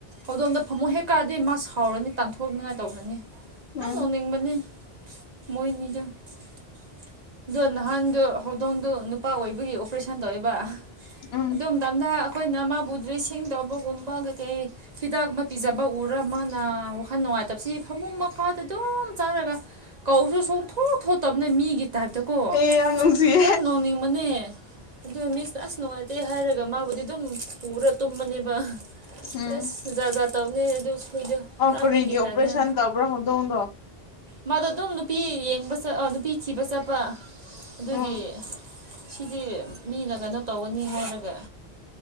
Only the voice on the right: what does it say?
ꯍꯧꯗꯣꯝꯗ ꯐꯃꯨ ꯍꯦꯛꯀꯑꯗꯤ ꯃꯥ ꯁꯥꯎꯔꯅꯤ ꯇꯥꯟꯊꯣꯛꯅꯤꯡꯉꯥꯏ ꯇꯧꯔꯅꯤ ꯌꯥꯝ
ꯅꯧꯅꯤꯡꯕꯅꯤ ꯃꯣꯏꯅꯤꯗ ꯑꯗꯣ ꯅꯍꯥꯟꯗꯨ ꯍꯧꯗꯣꯡꯗꯨ ꯅꯨꯄꯥ ꯑꯣꯏꯕꯒꯤ ꯑꯣꯄꯔꯦꯁꯟ ꯇꯧꯔꯤꯕ
ꯑꯗꯨ ꯃꯇ ꯃꯇꯝꯗ ꯑꯩꯈꯣꯏꯅ ꯃꯥꯕꯨ ꯗ꯭ꯔꯦꯁꯤꯡ ꯇꯧꯕꯒꯨꯝꯕ ꯀꯩꯀꯩ ꯍꯤꯗꯥꯛꯨꯝꯕ ꯄꯤꯖꯕ ꯎꯔ ꯃꯥꯅ ꯑꯃꯈꯔ ꯅꯨꯡꯉꯥꯏꯇꯕꯁꯤ ꯐꯃꯨꯡ ꯃꯈꯥꯗ ꯑꯗꯨꯝ ꯆꯥꯔꯒ ꯀꯧꯁꯨ ꯁꯣꯡꯊꯣ ꯊꯣꯇꯕꯅ ꯃꯤꯒꯤ ꯇꯥꯏꯞꯇꯀꯣ
ꯌꯥꯝ ꯅꯣꯡꯅꯤꯡꯕꯅꯦ ꯑꯗꯨ ꯃꯤꯁꯅ ꯑꯁ ꯅꯨꯡꯉꯥꯏꯇꯦ ꯍꯥꯏꯔꯒ ꯃꯥꯕꯨꯗꯤ ꯑꯗꯨꯝ ꯄꯨꯔ ꯇꯨꯝꯃꯅꯦꯕ
ꯑꯦꯁ ꯖꯥꯠ ꯖꯥ ꯇꯧꯅꯦ ꯑꯗꯨ ꯁꯣꯏꯗ
ꯄꯨꯔꯥ
ꯃꯤꯒꯤ ꯇꯥꯏꯞꯅ
ꯃꯥꯗꯣ ꯑꯗꯨꯝ ꯅꯨꯄꯤ ꯌꯦꯡꯕ ꯆꯠ ꯅꯨꯄꯤ ꯊꯤꯕ ꯆꯠꯄ ꯑꯗꯨꯒꯤ
ꯁꯤꯗꯤ ꯃꯤꯅ ꯀꯩꯅꯣ ꯇꯧꯒꯅꯤ ꯍꯥꯏꯔꯒ